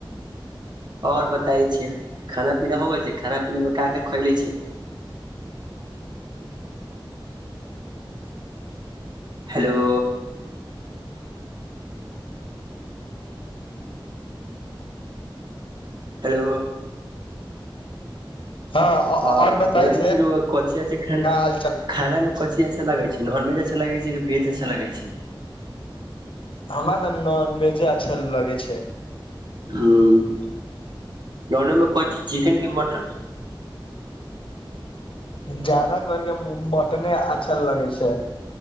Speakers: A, on the right; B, on the left.
A: आओर बताइ छियै। खाना पीना हो गेल छै। खाना पीना मे का का खइले छियै। हेलो। हेलो।
B: आओर
A: हँ
B: बताय
A: बोलै
B: छै
A: छी रौआ कचिया छै खाना
B: क्या हाल चाल
A: खाना मे कची अचछा लगै छै? नॉनवेज अच्छा लगै छै, की भेज अच्छा लागै छै।
B: हमरा तऽ नॉनवेजे अच्छा लगे छै।
A: हुँ नाॅनमे कौ चीज चिकेन कि मटन?
B: जादा करके मटने अच्छा लगै छै।